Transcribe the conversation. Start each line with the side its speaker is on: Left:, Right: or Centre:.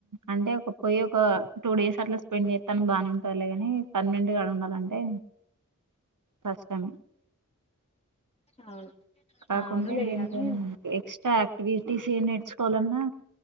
Right: అంటే ఒక పోయి ఒక టూ డేస్ అట్లా స్పెండ్ చెత్తనికి బాగానే ఉంటలే గాని పర్మినెంట్గా ఉండాలంటే కష్టం
Left: అవును
Right: కాకుంటే
Left: అవునులే
Right: దీనిపైనే
Left: గాని
Right: మనకి ఎక్స్ట్రాక్ వీటిసీ నేర్చుకోవాలన్నా